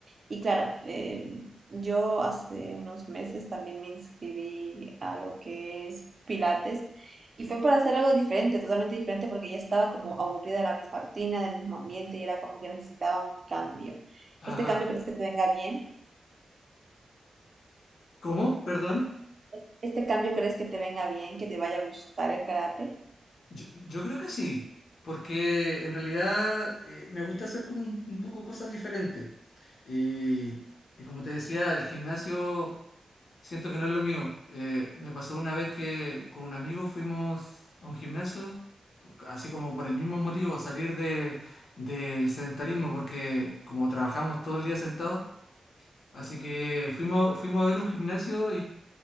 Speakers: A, on the right; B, on the left.
A: Y claro, eh, yo hace unos meses también me inscribí a lo que es Pilates y fue para hacer algo diferente, totalmente diferente, porque ya estaba como aburrida de la misma rutina, del mismo ambiente y era como que necesitaba un cambio. ¿Este
B: Ajá.
A: cambio crees que te venga bien?
B: ¿Cómo? Perdón.
A: ¿Es- ¿Este cambio crees que te venga bien, que te vaya a gustar el karate?
B: Yo, yo creo que sí, porque en realidad eh, me gusta hacer como un, un poco cosas diferentes. Y, y como te decía, el gimnasio siento que no es lo mío. Eh, me pasó una vez que con un amigo fuimos a un gimnasio, así como por el mismo motivo, salir de, del sedentarismo, porque como trabajamos todo el día sentados, así que fuimos, fuimos a ver un gimnasio